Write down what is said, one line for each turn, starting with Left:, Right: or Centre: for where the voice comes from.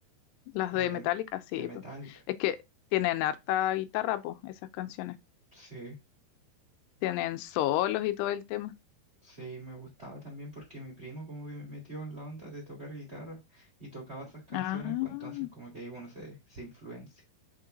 Left: Las
Right: como
Left: de
Right: de,
Left: Metallica, sí.
Right: de Metallica.
Left: po. Es que tienen harta guitarra, pues, esas canciones.
Right: Sí,
Left: Tienen solos y todo el tema.
Right: sí, me gustaba también porque mi primo como que me metió en la onda de tocar guitarra y tocaba esas canciones,
Left: Ah,
Right: pues entonces como que ahí uno se, se influencia.